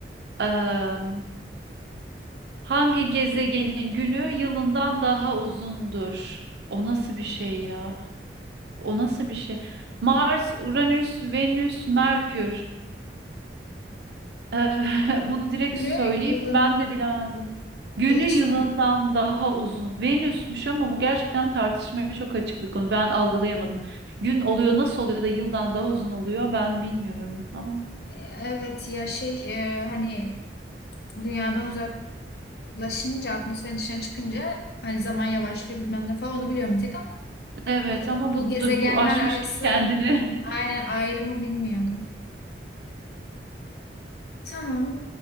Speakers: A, on the right; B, on the left.
A: Am, hangi gezegenin günü yılından daha uzundur? O nasıl bir şey ya? O nasıl bir şey? Mars, Uranüs, Venüs, Merkür. <laughs> Bunu direkt
B: Günü
A: söyleyeyim.
B: yılın
A: Ben de bilemezdim. Günü
B: e, hiç
A: yılından daha uzun. Venüsmüş ama bu gerçekten tartışmaya çok açık bir konu. Ben algılayamadım. Gün oluyor nasıl oluyor da yıldan daha uzun oluyor ben bilmiyorum ama.
B: e, evet ya şey e, hani dünyadan uzak laşınca atmosferin dışına çıkınca hani zaman yavaşlıyor bilmem ne falan onu biliyorum bir tek ama
A: Evet
B: e,
A: ama
B: bu
A: bu
B: gezegenler
A: bu aşmış
B: arası
A: kendini. <laughs>
B: aynen ayrımı bilmiyordum. Tamam.